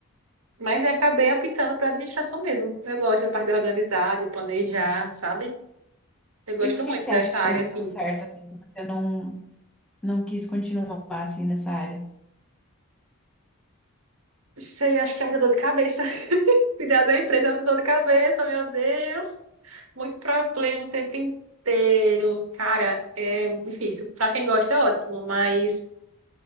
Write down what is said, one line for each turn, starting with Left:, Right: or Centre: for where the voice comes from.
Right: Mas eu acabei optando para administração mesmo. Eu gosto da parte de organizar, de planejar, sabe? Eu gosto
Centre: E por que
Right: muito
Centre: que você
Right: dessa
Centre: acha que você
Right: área,
Centre: não
Right: assim.
Centre: deu certo, assim, que você não não quis continuar assim nessa área.
Right: Não Sei, acho que é muita dor de cabeça. Cuidar da empresa é muito dor de cabeça, meu Deus. Muito problema o tempo inteiro. Cara, é difícil. Para quem gosta, é ótimo, mas